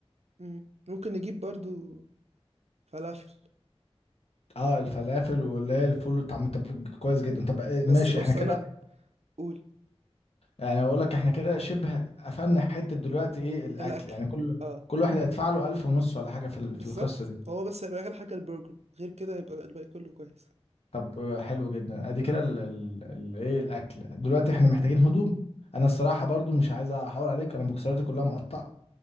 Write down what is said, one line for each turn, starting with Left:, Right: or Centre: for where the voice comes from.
Right: مم. ممكن نجيب برضو فلافل
Left: اه الفلافل واللي هي الفول والطعم طب كويس جدا طب إيه
Right: بس
Left: ماشي
Right: بص
Left: احنا كده
Right: انا قول
Left: يعني اقول لك احنا كده شبه قفلنا حته دلوقتي ايه الاكل
Right: الاكل
Left: يعني كل
Right: اه
Left: كل واحد هيدفع له 1000 ونص ولا حاجه في ال-
Right: بالظبط
Left: في القصه دي
Right: هو بس هيبقى اغلى حاجه البرجر غير كده يبقى الباقي كله كويس
Left: طب آه، حلو جدا ادي كده ال- ال- ال- ايه الاكل دلوقتي احنا محتاجين هدوم انا الصراحه برضو مش عايز احاور عليك انا بوكسراتي كلها مقطعه